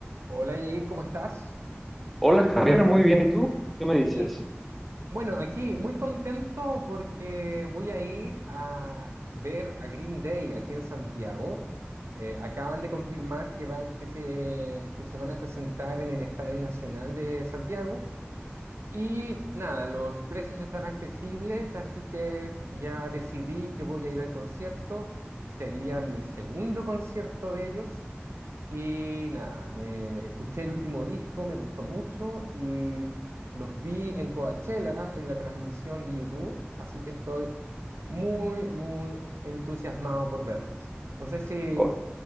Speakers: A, on the right (about 80°); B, in the centre.
A: Hola Yair, ¿cómo estás?
B: Hola Javier, muy bien. ¿Y tú? ¿Qué me dices?
A: Bien. Bueno, aquí muy contento porque voy a ir a ver a Green Day aquí en Santiago. Eh, acaban de confirmar que van, que se, que se van a presentar en el Estadio Nacional de Santiago. Y nada, los precios están accesibles, así que ya decidí que voy a ir al concierto. Sería mi segundo concierto de ellos. Y nada, me escuché el último disco, me gustó mucho y los vi en Coachella en la transmisión de YouTube, así que estoy muy, muy entusiasmado por verlos. No sé si
B: Oh,